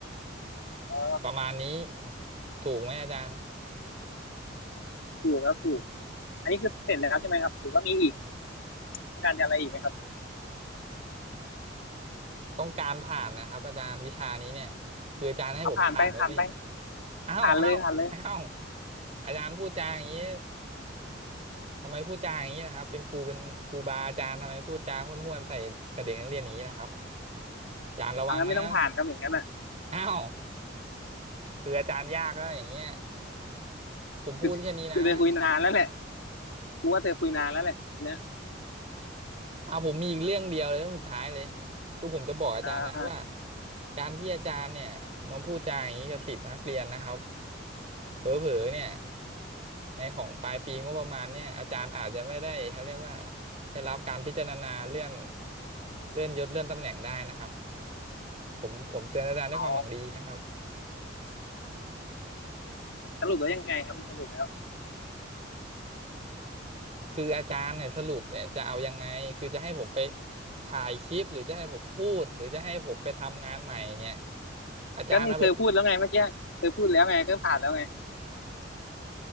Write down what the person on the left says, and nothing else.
อ๋อ
ถูกครับถูกอันนี้คือเสร็จแล้วใช่ไหมครับหรือว่ามีอีกมีการจะอะไรอีกไหมครับ
เอาผ่านไปผ่านไป
ผ่านเลยผ่านเลย
เอางั้นไม่ต้องผ่านครับอย่างนั้น
คือคือเธอคุยนานแล้วแหละกูว่าเธอคุยนานแล้วแหละเนี่ย
อ่า
อ๋อสรุปแล้วยังไงครับมันสรุปแล้ว
ก็นี่เธอพูดแล้วไงเมื่อกี้เธอพูดแล้วไงก็ผ่านแล้วไง